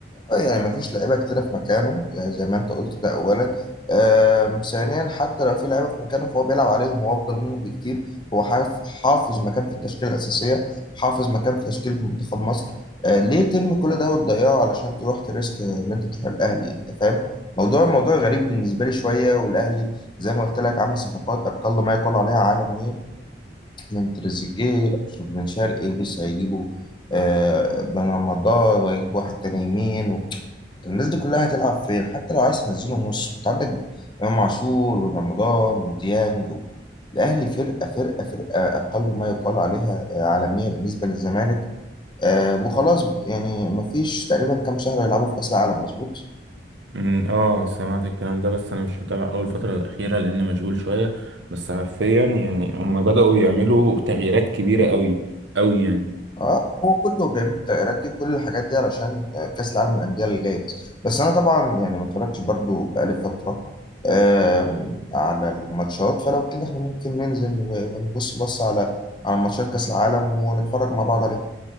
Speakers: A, on the left; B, on the right.
A: اه يعني ما فيش لعيبه كتيره في مكانه آه، زي ما انت قلت ده اولا آم، ثانيا حتى لو في لعيبه في مكانه فهو بيلعب عليهم هو افضل منهم بكتير هو حاف- حافظ مكان في التشكيله الاساسيه حافظ مكان في تشكيله منتخب مصر آه، ليه ترمي كل ده وتضيعه علشان تروح تريسك ان انت تروح الاهلي انت فاهم موضوع موضوع غريب بالنسبه لي شويه والاهلي زي ما قلت لك عامل صفقات اقل ما يقال عليها عالميه من تريزيجيه لاشرف بن شرقي ولسه هيجيبوا آه، بن رمضان وهيجيب واحد تاني يمين طب الناس دي كلها هتلعب فين حتى لو عايز تنزلهم نص انت عندك امام عاشور وبن رمضان وديانج و... الاهلي فرقه فرقه فرقه اقل ما يقال عليها آه، عالميه بالنسبه للزمالك آه، وخلاص يعني مفيش تقريبا كام شهر يلعبوا في كاس العالم مظبوط
B: امم، اه سمعت الكلام ده بس انا مش متابع اول فتره الاخيره لان مشغول شويه بس حرفيا يعني هم بداوا يعملوا تغييرات كبيره قوي قوي يعني
A: اه هو كله بيعمل التغييرات دي وكل الحاجات دي علشان آه، كأس العالم للأندية اللي جاي بس بس انا طبعا يعني ما اتفرجتش برضو بقالي فترة آم، على الماتشات فلو كده احنا ممكن ننزل و- ونبص بص على على ماتشات كأس العالم ونتفرج مع بعض عليها